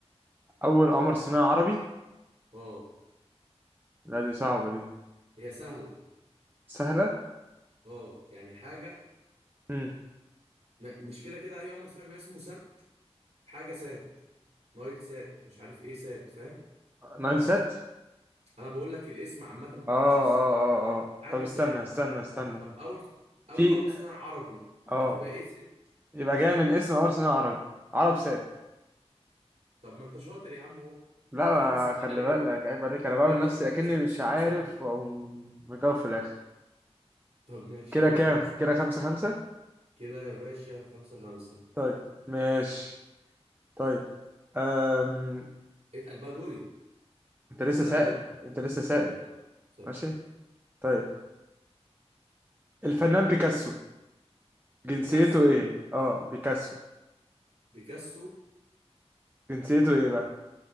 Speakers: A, on the right; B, on the right.
A: أول قمر صناعي عربي
B: اه
A: لا دي صعبة دي
B: هي سهلة
A: سهلة
B: اه يعني حاجة
A: امم
B: م- مش كده كده اي قمر صناعي بيبقى اسمه سات حاجة سات نايل سات مش عارف ايه سات فاهم
A: نايل سات
B: انا بقول لك الاسم عامه بيبقى
A: اه
B: ماشي ازاي
A: اه اه اه
B: حاجه
A: طب استنى
B: سات
A: استنى استنى
B: طب اول اول
A: في
B: قمر صناعي عربي
A: اه
B: هتبقى ايه سات
A: يبقى جاي من اسم قمر صناعي عربي عرب سات
B: طب ما انت شاطر يا عم اهو
A: لا
B: شوف
A: ما
B: انا بسهل
A: خلي
B: عليك
A: بالك عيب عليك أنا بعمل
B: انت
A: نفسي
B: بتروح
A: أكني
B: لازعني
A: مش
B: السؤال
A: عارف
B: وساكت
A: وأقوم مجاوب في الآخر
B: طب ماشي
A: كده
B: يلا
A: كام
B: يا اسطى
A: كده خمسة خمسة
B: كده يا باشا خمسة خمسة
A: طيب ماشي طيب أم...
B: اتقل بقى دوري
A: انت لسه
B: ولا لا
A: سائل
B: دورك طب
A: انت
B: دورك
A: لسه سائل
B: دورك صح صح
A: ماشي طيب الفنان بيكاسو جنسيته
B: بيكاسو
A: ايه اه بيكاسو
B: بيكاسو
A: جنسيته ايه بقى